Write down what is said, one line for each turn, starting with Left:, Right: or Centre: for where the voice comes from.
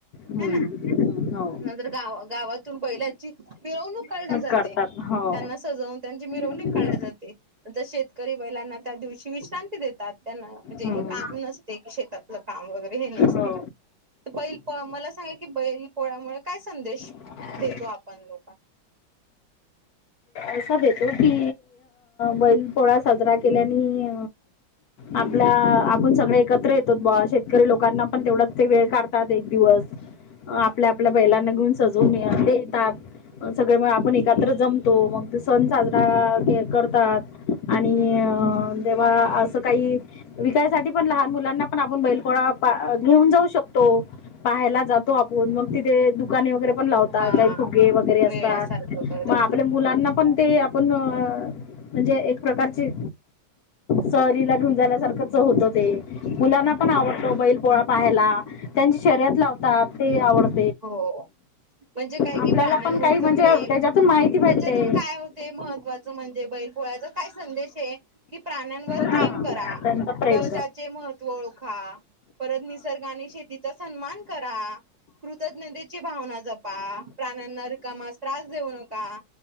Left: होम्
Right: हे ना
Left: हो
Right: नंतर गाव गावातून बैलाची मिरवणूक काढली जाते
Left: काढतात हो
Right: त्यांना सजवून त्यांची मिरवणूक
Left: हम्म.
Right: काढली जाते नंतर शेतकरी बैलांना त्या दिवशी विश्रांती देतात पण त्यांना जे
Left: हम्म.
Right: हे काम नसते की शेतातलं काम वगैरे हे नसते
Left: हो
Right: पै मला सांगा कि बैल पोळ्यामुळे काय संदेश
Left: हा.
Right: देतो आपण लोकांना.
Left: असा देतो की बैल पोळा साजरा केल्याने आपला आपण सगळे एकत्र येतो बा शेतकरी लोकांना पण तेवढाच ते वेळ काढतात एक दिवस आपल्या आपल्या बैलांना घेऊन सजवून देतात सगळे आपण एकत्र जम मग तो सण साजरा करतात. आणि
Right: हम्म
Left: तेव्हा असं काही विकायसाठी पण लहान मुलांना पण आपण बैल पोळा घेऊन जाऊ शकतो. पाहायला जातो आपण मग तिथे दुकाने वगैरे पण लावतात
Right: हा
Left: काही फुगे वगैरे असतात
Right: मिळण्यासारखं करतात.
Left: मग मुलांना पण ते आपण म्हणजे एक प्रकारची स्वारी ला घेऊन जा जाण्यासारख होत. मुलांना पण आवडतो बैल पोळा. पाहायला त्यांची शर्यत लावतात ते आवडत.
Right: हो. म्हणजे काय कि
Left: आपल्याला
Right: प्राण्यांवरच
Left: पण काही म्हणजे
Right: प्रेम
Left: त्याच्यातून माहिती भेटते
Right: त्याच्यातून काय होते महत्त्वाचं म्हणजे बैल पोळ्याचा काय संदेश आहे की प्राण्यांवर
Left: हा
Right: प्रेम करा.
Left: त्यांचा प्रेम
Right: कष्टाचे महत्व ओळखा परत निसर्गाने शेतीचा सन्मान करा. कृतज्ञतेची भावना जपा प्राण्यांना रिकामा त्रास देऊ नका. का